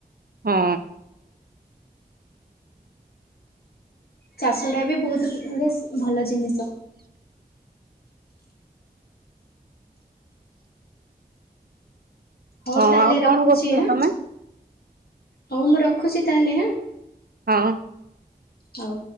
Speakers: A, on the right (about 65°); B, on the left (about 70°).
A: ହଁ
B: ଚାଷଟା ବି ବହୁତ ବେସ୍ ଭଲ ଜିନିଷ। ହଉ
A: ହଁ
B: ତାହେଲେ
A: ଆଉ
B: ରଖୁଚି
A: କଣ କରୁଥିଲ
B: ହାଁ
A: ତମେ
B: ହଉ ମୁଁ ରଖୁଚି ତାହେଲେ ହାଁ।
A: ହଁ।
B: ହଉ।